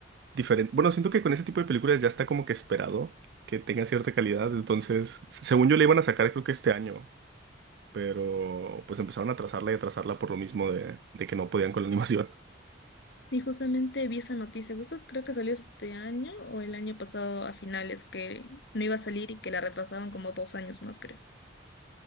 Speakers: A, on the right; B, on the left.
A: diferente. Bueno, siento que con ese tipo de películas ya está como que esperado que tenga cierta calidad. Entonces, se- según yo le iban a sacar creo que este año, pero pues empezaron a atrasarla y atrasarla por lo mismo de, de que no podían con la <laughs> animación.
B: Sí, justamente vi esa noticia, justo creo que salió este año o el año pasado a finales, que no iba a salir y que la retrasaban como dos años más, creo.